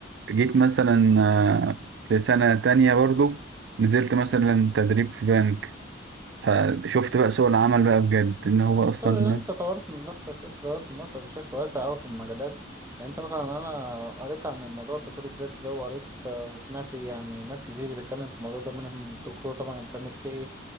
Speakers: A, on the right (about 60°); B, on the right (about 15°).
A: جيت مثلا آه، في سنة تانية برضو نزلت مثلا
B: مم.
A: تدريب في بنك فشفت بقى سوق العمل بقى بجد إن هو
B: يعني انت
A: أصلا
B: انت
A: الناس
B: طورت من نفسك انت طورت من نفسك بشكل واسع قوي في المجالات يعني انت مثلا انا قريت عن الموضوع التطوير الذاتي ده وقريت آه، وسمعت يعني ناس كتير بتتكلم في الموضوع ده منهم الدكتور طبعا ابراهيم الفقي